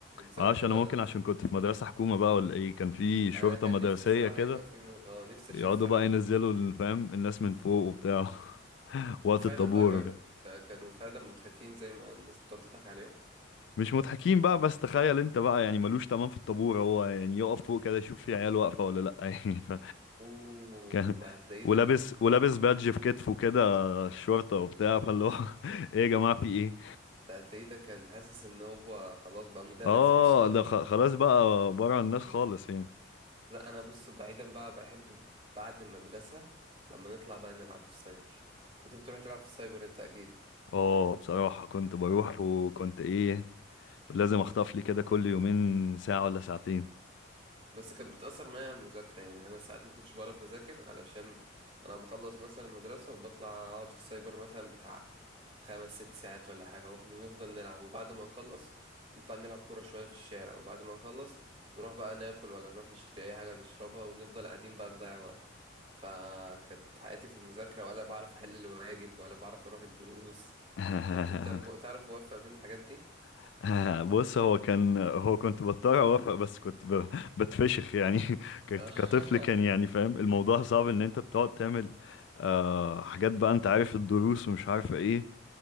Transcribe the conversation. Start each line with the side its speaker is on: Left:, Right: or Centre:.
Right: بسبب
Left: معرفش
Right: كده
Left: انا ممكن
Right: ولا لأ
Left: عشان كنت في مدرسة حكومة بقى ولا ايه كان في شرطة
Right: أنا كان
Left: مدرسية
Right: نفسي الصراحة
Left: كده
Right: يبقى في م... اه نفسي
Left: يقعدوا
Right: أشوفها
Left: بقى
Right: دي
Left: ينزلوا ال- فاهم الناس من فوق وبتاع <laughs> وقت
Right: وفعلا
Left: الطابور
Right: بقى ك...
Left: وكده
Right: آه، كانوا فعلا مضحكين زي ما الناس بتقعد تضحك عليهم
Left: مش مضحكين بقى بس تخيل انت بقى يعني ملوش تمام في الطابور هو يعني يقف فوق كده يشوف في عيال واقفة ولا لأ <laughs> يعني ف
Right: أوه
Left: كان
Right: ده هتلاقيه
Left: ولابس
Right: ده كان حر
Left: ولابس بادج في كتفه كده الشرطة وبتاع فاللي هو <laughs> ايه يا جماعة في ايه؟
Right: ده هتلاقيه ده كان حاسس إن هو خلاص بقى مدرس
Left: اه
Right: مش طالب
Left: ده خ- خلاص بقى بره الناس خالص يعني
Right: لا انا بص بعيدا بقى بحب بعد المدرسة لما نطلع بقى نلعب في السايبر كنت بتروح تلعب في السايبر انت اكيد
Left: اه بصراحة كنت بروح وكنت ايه لازم اخطف لي كده كل يومين ساعة ولا ساعتين
Right: بس كانت بتأثر معايا على المذاكرة يعني أنا ساعات ما كنتش بعرف أذاكر علشان أنا بخلص مثلا المدرسة وبطلع أقعد في السايبر مثلا بتاع خمس ست ساعات ولا حاجة ونفضل نفضل نلعب وبعد ما نخلص نطلع نلعب كورة شوية في الشارع وبعد ما نخلص نروح بقى ناكل ولا نروح نشتري أي حاجة نشربها ونفضل قاعدين بقى نضيع وقت فكانت حياتي في المذاكرة ولا بعرف أحل الواجب ولا بعرف أروح الدروس
Left: <laughs>
Right: كنت أنت م- تعرف موفق بين الحاجات دي؟
Left: <laughs> آه، بص هو كان هو كنت بضطر اوافق بس كنت ب... بتفشخ يعني <laughs> كت-
Right: <laughs>
Left: كطفل كان يعني
Right: اه
Left: فاهم الموضوع صعب ان انت بتقعد تعمل آه حاجات بقى انت عارف الدروس ومش عارف ايه